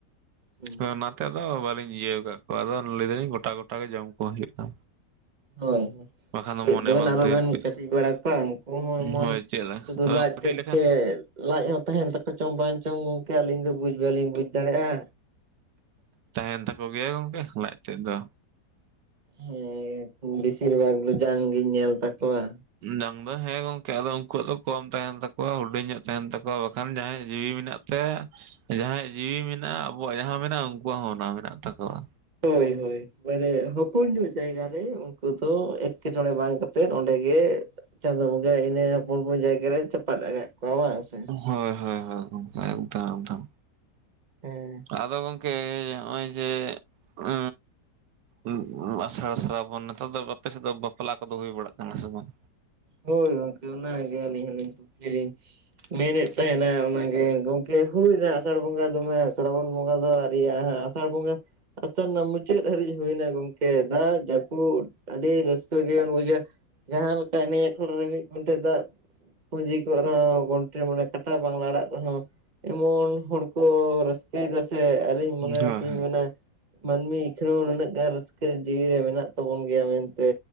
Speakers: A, on the right; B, on the right.
A: ᱦᱳᱭ
B: ᱟᱫᱚ ᱚᱱᱟᱛᱮ ᱟᱫᱚ ᱵᱟᱹᱞᱤᱧ ᱤᱭᱟᱹ ᱟᱠᱟᱫ ᱠᱚᱣᱟ ᱟᱫᱚ ᱞᱟᱹᱭ ᱫᱟᱞᱤᱧ ᱜᱚᱴᱟ ᱜᱚᱴᱟ ᱜᱮ ᱡᱚᱢ ᱠᱚ ᱦᱩᱭᱩᱜᱼᱟ᱾
A: ᱦᱳᱭ ᱦᱳ
B: ᱵᱟᱠᱷᱟᱱ ᱫᱚ
A: ᱪᱮᱫ
B: ᱢᱚᱱᱮ
A: ᱫᱚᱵᱮᱱ
B: ᱵᱟᱝ
A: ᱟᱨ
B: ᱛᱤᱨᱯᱤᱫ
A: ᱵᱮᱱ ᱠᱟᱹᱴᱤᱡ ᱵᱟᱲᱟ ᱠᱚᱣᱟ ᱩᱱᱠᱩ ᱦᱚᱸ ᱮᱢᱚᱱ
B: ᱦᱳᱭ ᱪᱮᱫ ᱞᱮ
A: ᱥᱩᱫᱩ
B: ᱟᱫᱚ
A: ᱞᱟᱡ
B: ᱠᱟᱹᱴᱤᱡ
A: ᱛᱮᱫ
B: ᱞᱮᱠᱷᱟᱱ
A: ᱛᱮ ᱞᱟᱡ ᱦᱚᱸ ᱛᱟᱦᱮᱱ ᱛᱟᱠᱚ ᱪᱚᱝ ᱵᱟᱝ ᱪᱚᱝ ᱜᱚᱢᱠᱮ ᱟᱹᱞᱤᱧ ᱫᱚ ᱵᱩᱡᱽ ᱵᱟᱹᱞᱤᱧ ᱵᱩᱡᱽ ᱫᱟᱲᱮᱭᱟᱜᱼᱟ᱾
B: ᱛᱟᱦᱮᱱ ᱛᱟᱠᱚ ᱜᱮᱭᱟ ᱜᱚᱝᱠᱮ ᱞᱟᱡ ᱛᱮᱫ ᱫᱚ᱾
A: ᱦᱮᱸ ᱵᱮᱥᱤᱨ ᱵᱷᱟᱜᱽ ᱫᱚ ᱡᱟᱝ ᱜᱤᱧ ᱧᱮᱞ ᱛᱟᱠᱚᱣᱟ᱾
B: ᱡᱟᱝ ᱫᱚ ᱦᱮᱸ ᱜᱚᱝᱠᱮ ᱟᱫᱚ ᱩᱱᱠᱩᱣᱟᱜ ᱫᱚ ᱠᱚᱢ ᱛᱟᱦᱮᱱ ᱛᱟᱠᱚᱣᱟ ᱦᱩᱰᱤᱧ ᱧᱚᱜ ᱛᱟᱦᱮᱱ ᱛᱟᱠᱚᱣᱟ ᱵᱟᱠᱷᱟᱱ ᱡᱟᱦᱟᱸᱭ ᱡᱤᱣᱤ ᱢᱮᱱᱟᱜ ᱛᱮ ᱡᱟᱦᱟᱸᱭᱟᱜ ᱡᱤᱣᱤ ᱢᱮᱱᱟᱜᱼᱟ ᱟᱵᱚᱣᱟᱜ ᱡᱟᱦᱟᱸ ᱢᱮᱱᱟᱜᱼᱟ ᱩᱱᱠᱩᱣᱟᱜ ᱦᱚᱸ ᱚᱱᱟ ᱢᱮᱱᱟᱜ ᱛᱟᱠᱚᱣᱟ᱾
A: ᱦᱳᱭ ᱦᱳᱭ ᱢᱟᱱᱮ ᱦᱚᱯᱚᱱ ᱧᱚᱜ ᱡᱟᱭᱜᱟ ᱨᱮ ᱩᱱᱠᱩ ᱫᱚ ᱮᱸᱴᱠᱮᱴᱚᱬᱮ ᱵᱟᱝ ᱠᱟᱛᱮᱜ ᱚᱸᱰᱮ ᱜᱮ ᱪᱟᱸᱫᱚ ᱵᱚᱸᱜᱟ ᱤᱱᱟᱹ ᱦᱚᱯᱚᱱ ᱦᱚᱯᱚᱱ ᱡᱟᱭᱜᱟ ᱨᱮ ᱪᱟᱯᱟᱫ ᱟᱠᱟᱫ ᱠᱚᱣᱟ ᱵᱟᱝ ᱟᱥᱮ᱾
B: ᱦᱳᱭ ᱦᱳᱭ ᱦᱳᱭ ᱜᱚᱢᱠᱮ ᱮᱠᱫᱚᱢ ᱮᱠᱫᱚᱢ
A: ᱦᱮᱸ
B: ᱟᱫᱚ ᱜᱚᱝᱠᱮ ᱱᱚᱜᱼᱚᱭ ᱡᱮ ᱩ ᱩᱸ ᱟᱥᱟᱲ ᱥᱟᱨᱟᱵᱚᱱ ᱱᱮᱛᱟᱨ ᱫᱚ ᱟᱯᱮ ᱥᱮᱫ ᱫᱚ ᱵᱟᱯᱞᱟ ᱠᱚᱫᱚ ᱦᱩᱭ ᱵᱟᱲᱟᱜ ᱠᱟᱱᱟ ᱥᱮ ᱵᱟᱝ?
A: ᱦᱳᱭ ᱜᱚᱝᱠᱮ ᱚᱱᱟᱜᱮ ᱟᱹᱞᱤᱧ ᱦᱚᱸᱞᱤᱧ <unintelligible> ᱞᱤᱧ ᱢᱮᱱᱮᱫ ᱛᱟᱦᱮᱱᱟ ᱚᱱᱟᱜᱮ ᱜᱚᱝᱠᱮ ᱦᱩᱭᱱᱟ ᱟᱥᱟᱲ ᱵᱚᱸᱜᱟ ᱫᱚᱢᱮ ᱥᱚᱨᱟᱵᱚᱱ ᱵᱚᱸᱜᱟ ᱫᱚ ᱟᱹᱣᱨᱤᱭᱟᱜ-ᱟ ᱦᱟᱸᱜ᱾ ᱟᱥᱟᱲ ᱵᱚᱸᱜᱟ ᱟᱥᱟᱲ ᱨᱮᱱᱟᱜ ᱢᱩᱪᱟᱹᱫ ᱦᱟᱹᱨᱤᱡ ᱦᱩᱭᱱᱟ ᱜᱚᱝᱠᱮ ᱫᱟᱜ ᱡᱟᱹᱯᱩᱫ ᱟᱹᱰᱤ ᱨᱟᱹᱥᱠᱟᱹ ᱜᱮ ᱵᱩᱡᱟ ᱡᱟᱦᱟᱸ ᱞᱮᱠᱟ ᱮᱱᱮᱡ ᱟᱠᱷᱲᱟ ᱨᱮ ᱢᱤᱫ <unintelligible> ᱫᱟᱜ ᱯᱩᱸᱡᱤ ᱠᱚᱜ ᱨᱮᱦᱚᱸ ᱜᱚᱱᱴᱷᱮ ᱢᱟᱱᱮ ᱠᱟᱴᱟ ᱵᱟᱝ ᱞᱟᱲᱟᱜ ᱨᱮᱦᱚᱸ ᱮᱢᱚᱱ ᱦᱚᱲ ᱠᱚ ᱨᱟᱹᱥᱠᱟᱹᱭᱮᱫᱟ ᱥᱮ ᱟᱹᱞᱤᱧ ᱢᱚᱱᱮ
B: ᱦᱳᱭ
A: ᱛᱮᱞᱤᱧ
B: ᱦᱳᱭ
A: ᱢᱮᱱᱟ᱾ ᱢᱟᱹᱱᱢᱤ ᱮᱠᱷᱱᱳ ᱱᱩᱱᱟᱹᱜ ᱜᱟᱱ ᱨᱟᱹᱥᱠᱟᱹ ᱡᱤᱣᱤ ᱨᱮ ᱢᱮᱱᱟᱜ ᱛᱟᱵᱚᱱ ᱜᱮᱭᱟ ᱢᱮᱱᱛᱮ᱾